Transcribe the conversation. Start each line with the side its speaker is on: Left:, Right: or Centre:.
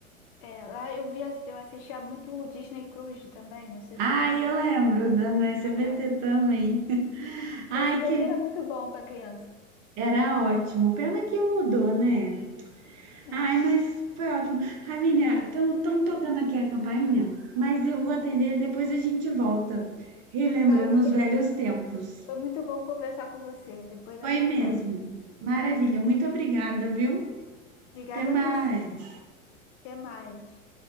Left: É, lá eu via, eu assistia muito o Disney Cruise também, não sei
Right: Ai,
Left: se você
Right: eu lembro da
Left: desse
Right: na SBT
Left: programa.
Right: também. <laughs> Ai,
Left: O SBT
Right: que
Left: era muito bom para criança.
Right: era ótimo. Pena que mudou, né?
Left: É,
Right: Ai, mas foi ótimo. Ravinha, estão tocando aqui a campainha, mas eu vou atender depois a gente volta. Relembrando
Left: tá ok.
Right: os velhos tempos.
Left: Foi muito bom conversar com você. Depois nós
Right: Foi
Left: voltamos.
Right: mesmo. Maravilha, muito obrigada, viu?
Left: Obrigada
Right: Até mais.
Left: a você. Até mais.